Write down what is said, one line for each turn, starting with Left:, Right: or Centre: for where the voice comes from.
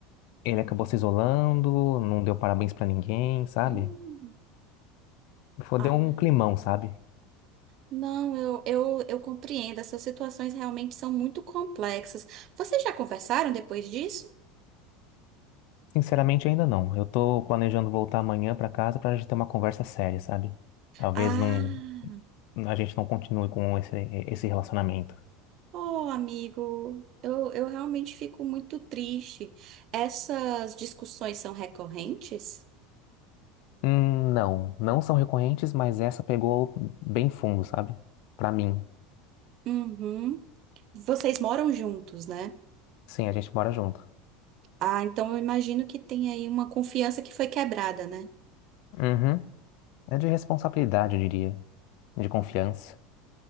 Left: ele acabou se isolando, não deu parabéns pra ninguém, sabe?
Right: hum.
Left: Foi,
Right: Ah,
Left: deu um climão, sabe?
Right: não, eu, eu, eu compreendo. Essas situações realmente são muito complexas. Vocês já conversaram depois disso?
Left: Sinceramente, ainda não. Eu tô planejando voltar amanhã pra casa pra gente ter uma conversa séria, sabe? Talvez
Right: Ah,
Left: não, a gente não continue com esse, esse relacionamento.
Right: oh, amigo, eu, eu realmente fico muito triste. Essas discussões são recorrentes?
Left: Hum, não, não são recorrentes, mas essa pegou bem fundo, sabe? Pra mim.
Right: Uhum. Vocês moram juntos, né?
Left: Sim, a gente mora junto.
Right: Ah, então eu imagino que tem aí uma confiança que foi quebrada, né?
Left: Uhum. É de responsabilidade, eu diria. De confiança.